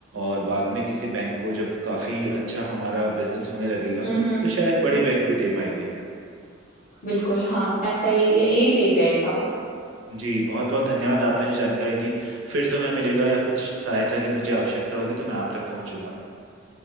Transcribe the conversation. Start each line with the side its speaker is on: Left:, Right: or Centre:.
Right: और बाद में किसी बैंक को जब काफ़ी अच्छा हमारा बिजनेस होने लगेगा
Left: हम्म हम्म
Right: तो शायद बड़े बैंक भी दे पाएंगे
Left: बिल्कुल हाँ ऐसा ही ये- यही सही रहेगा
Right: जी बहुत बहुत धन्यवाद आपने जो जानकारी दी फिर समय मिलेगा या कुछ सहायता की मुझे आवश्यकता होगी तो मैं आप तक पहुंचूंगा